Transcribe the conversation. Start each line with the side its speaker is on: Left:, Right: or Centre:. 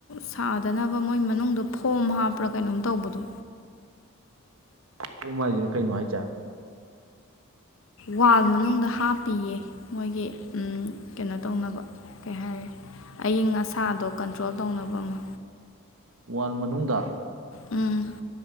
Left: ꯁꯥꯗꯅꯕ ꯃꯣꯏ ꯃꯅꯨꯡꯗ ꯐꯣꯝ ꯍꯥꯞꯄ꯭ꯔꯥ ꯀꯩꯅꯣꯝ ꯇꯧꯕꯗꯣ
Right: ꯑꯣ ꯃꯥꯁꯤꯅ ꯀꯩꯅꯣ ꯍꯥꯏꯁꯦ
Left: ꯋꯥꯜ ꯃꯅꯨꯡꯗ ꯍꯥꯞꯄꯤꯌꯦ ꯃꯣꯏꯒꯤ ꯀꯩꯅꯣ ꯇꯧꯅꯕ ꯀꯩ ꯍꯥꯏꯔ ꯑꯏꯤꯡ ꯑꯁꯥꯗꯣ ꯀꯟꯇ꯭ꯔꯣꯜ ꯇꯧꯅꯕ ꯑꯃ
Right: ꯋꯥꯜ ꯃꯅꯨꯡꯗ
Left: ꯎꯝ